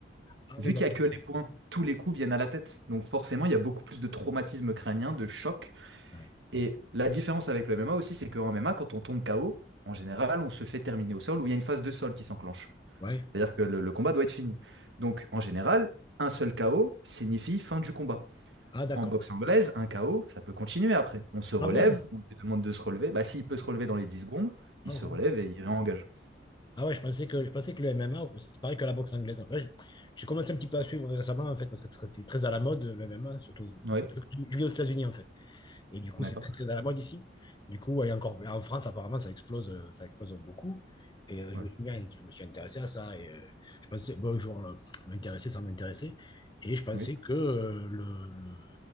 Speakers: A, on the left; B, on the right.
A: Ah
B: Vu
A: oui, d'accord.
B: qu'il n'y a que les points, tous les coups viennent à la tête. Donc forcément, il y a beaucoup plus de traumatisme crânien, de choc.
A: Ouais.
B: Et la différence avec le MMA aussi, c'est qu'en MMA, quand on tombe KO, en général, on se fait terminer au sol ou il y a une phase de sol qui s'enclenche.
A: Ouais.
B: C'est-à-dire que le, le combat doit être fini. Donc en général, un seul KO signifie fin du combat.
A: Ah d'accord.
B: En boxe anglaise, un KO, ça peut continuer après. On se relève,
A: Ah bon?
B: on lui demande de se relever. Bah, s'il peut se relever dans les 10 secondes, il
A: Ah,
B: se
A: ouais.
B: relève et il réengage.
A: Ah ouais, je pensais que, je pensais que le MMA, c'est pareil que la boxe anglaise. En fait, j'ai j'ai commencé un petit peu à suivre récemment, en fait, parce que c'était très à la mode, le MMA, surtout. Je
B: Oui,
A: vis aux États-Unis, en fait. Et du coup,
B: d'accord.
A: c'est très, très à la mode ici. Du coup, et encore, en France, apparemment, ça explose, euh, ça explose beaucoup. Et euh,
B: Ouais.
A: je me suis, mis à- je me suis intéressé à ça. Et euh, je pensais, bon, genre, euh, m'intéresser sans m'intéresser. Et je pensais
B: Oui.
A: que euh, le, le,